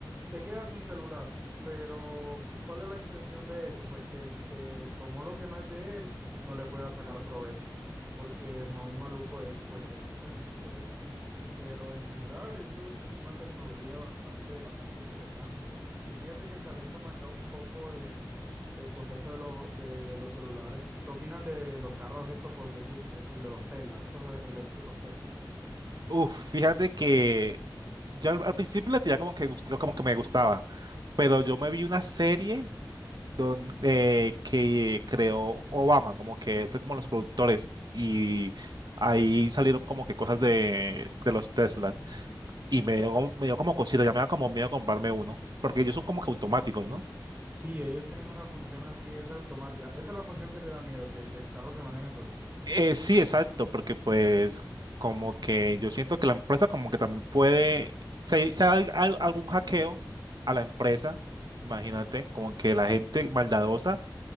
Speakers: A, on the right; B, on the right.
A: Te quedas sin celular, pero ¿cuál es la intención de eso? Pues que el que tomó lo que no es de él no le pueda sacar provecho, porque muy maluco eso, pues que te saquen el provecho. Pero en general eso es una tecnología bastante, bastante interesante. Y fíjate que saliéndome acá un poco de, del contexto de los, de los celulares, ¿qué opinas de los carros estos, por decir, estilo los Tesla, estos eh, eléctricos Tesla?
B: Uf, fíjate que ya al, al principio la tiraba como que gustico, como que me gustaba, pero yo me vi una serie don- eh, que creó Obama, como que fue como los productores y ahí salieron como que cosas de, de los Teslas y me dio, como- me dio como cosita, ya me da como miedo comprarme uno, porque ellos son como que automáticos, ¿no?
A: Sí, ellos tienen una función así, es automática. Esa es la función que te da miedo, que, que el carro se maneje solo.
B: Eh, sí, exacto, porque pues como que yo siento que la empresa como que también puede, si si hay al- algún hackeo a la empresa, imagínate, como que la gente maldadosa